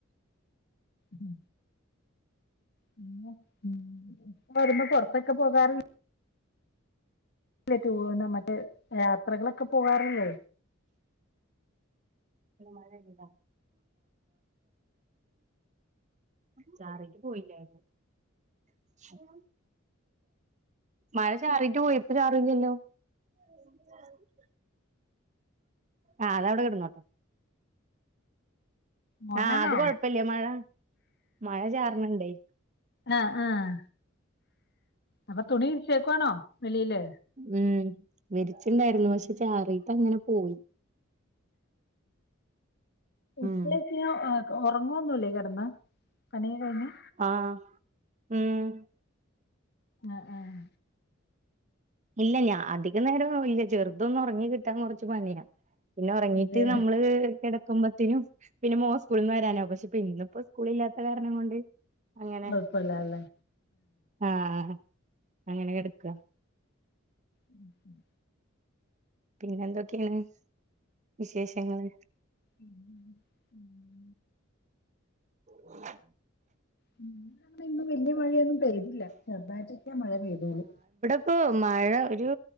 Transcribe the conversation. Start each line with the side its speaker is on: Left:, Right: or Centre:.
Left: ഉം <unintelligible> വെറുമ്പോ പൊർത്തൊക്കെ പോകാറ് <unintelligible> യാത്രകളൊക്കെ പോകാറില്ലേ
Right: <unintelligible> മഴയ്യ്ണ്ടാ ചാറീട്ട് പോയില്ലേ <unintelligible> മഴ ചാറീട്ട് പോയി ഇപ്പ ചാറില്ല്യല്ലോ ആ ആഹ് അതവടെ കെടന്നോട്ടെ
Left: മോനാണോ
Right: ആഹ് അത് കൊഴപ്പല്ല്യ. മഴ മഴ ചാറ്ണ് ണ്ടേയ്
Left: ആഹ് ആഹ് അപ്പൊ തുണി വി ച്ചേക്കുവാണോ വെളിയില്
Right: ഉം വിര്ച്ചിണ്ടായിരുന്നു പക്ഷെ ചാറീട്ട ങ്ങനെ പോയി
Left: <unintelligible>
Right: ഉം
Left: ഒക് ഒറങ്ങൊന്നുല്ലേ കെടന്ന് പണി കഴിഞ്ഞ്
Right: ആഹ് ഉം
Left: ആഹ് ആഹ്
Right: ഇല്ല ഞാ അധിക നേരം ഇല്ല ചെറുതൊന്ന് ഒറങ്ങി കിട്ടാൻ കൊർച്ച് പണിയാ പിന്നെ ഒറങ്ങീട്ട്
Left: അതെ
Right: നമ്മള് കെടക്കുമ്പത്തിനും പിന്നെ മോൻ സ്കൂൾ ന്ന് വരാനാവും പക്ഷെ പിന്ന പ്പോ സ്‌ക്കൂളില്ലാത്ത കാരണം കൊണ്ട് അങ്ങനെ
Left: കുഴപ്പമില്ലാല്ലേ
Right: ആഹ് ആഹ് അങ്ങനെ കെടക്കാ
Left: ഉം ഉം
Right: പിന്നെന്തൊക്കെണ് വിശേഷങ്ങള്
Left: ഉം ഉം ഉം ഉം
Right: <unintelligible>
Left: വിടെ ഇന്നും വെല്ല്യ മഴയൊന്നും പെയ്തില്ല ചെറുതായിട്ടൊക്കെ മഴ പെയ്തോള്ളൂ
Right: ഇപ്പൊ മഴ ഒരു